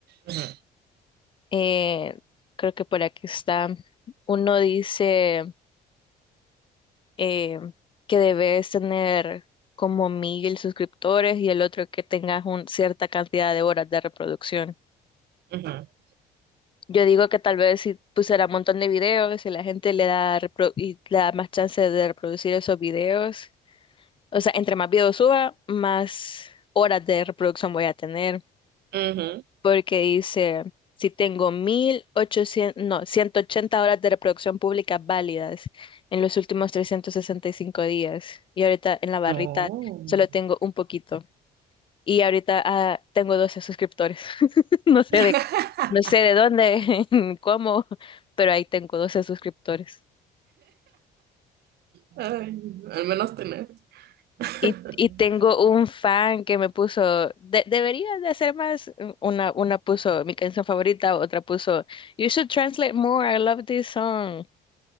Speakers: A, on the right; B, on the left.
A: Ujú,
B: Eh, creo que por aquí está. Uno dice eh, que debes tener como mil suscriptores y el otro que tengas un, cierta cantidad de horas de reproducción.
A: ujú,
B: Yo digo que tal vez si pusiera un montón de videos y la gente le da, repro- y le da más chance de reproducir esos videos, o sea, entre más videos suba, más horas de reproducción voy a tener.
A: ujú.
B: porque dice, si tengo 1800, no, 180 horas de reproducción pública válidas en los últimos 365 días y ahorita en la barrita
A: No.
B: solo tengo un poquito y ahorita ah, tengo 12 suscriptores. <laughs> No sé
A: <laughs>
B: de, no sé de dónde, <laughs> ni cómo, pero ahí tengo 12 suscriptores.
A: Ay, al menos tener. <laughs>
B: Y, y tengo un fan que me puso, de, deberías de hacer más. Una, una puso mi canción favorita, otra puso, You should translate more, I love this song.